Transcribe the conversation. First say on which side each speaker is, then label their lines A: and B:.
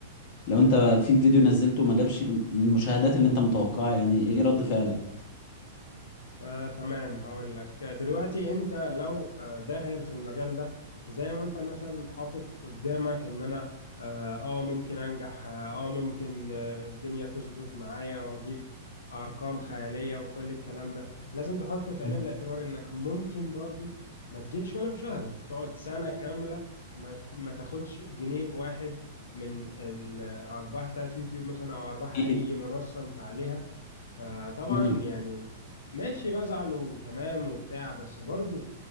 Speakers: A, on the left (about 45°); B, on the left (about 90°).
A: لو أنت في فيديو نزلته ما جابش من المشاهدات اللي أنت متوقعها يعني إيه رد فعلك؟
B: آه، تمام هقول لك آه، دلوقتي انت لو آه، داخل في المجال ده زي ما انت مثلا حاطط قدامك ان انا اه آه، ممكن انجح اه آه، ممكن آه، الدنيا تظبط معايا واجيب ارقام خيالية وكل الكلام ده لازم تحط في
A: مم.
B: عين الاعتبار انك ممكن برضو ما تجيبش ولا مشاهدة تقعد سنة كاملة ما ت- ما تاخدش جنيه واحد من الارباح بتاعت يوتيوب مثلا او ارباح
A: أكيد
B: اي منصة انت عليها فطبعا
A: مم.
B: يعني ماشي بزعل وتمام وبتاع بس برضو